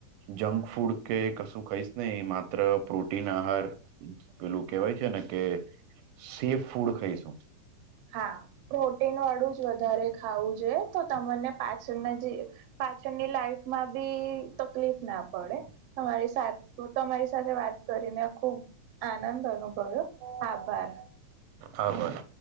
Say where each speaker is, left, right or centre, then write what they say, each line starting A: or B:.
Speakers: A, on the right; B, on the right.
A: જંક ફૂડ કે કશું ખાઈશ નહી માત્ર પ્રોટીન આહાર પેલું કેવાય છે ને કે સેફ ફૂડ ખાઈશું
B: હા પ્રોટીન વાળું જ વધારે ખાવું જોઈએ તો તમને પાછળના જે પાછળની લાઈફમાં બી તકલીફ ના પડે તમારી હું તમારી સાથે વાત કરીને ખુબ આનંદ અનુભવ્યો આભાર
A: આભાર